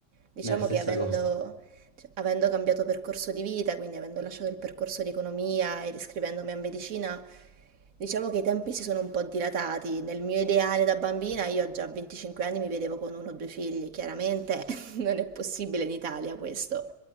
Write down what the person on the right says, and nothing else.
Diciamo
che avendo,
cioè, avendo cambiato percorso di vita, quindi avendo lasciato il percorso di economia ed iscrivendomi a medicina, diciamo che i tempi si sono un po' dilatati. Nel mio ideale da bambina, io già a 25 anni mi vedevo con uno o due figli, chiaramente <laughs> non è possibile in Italia questo.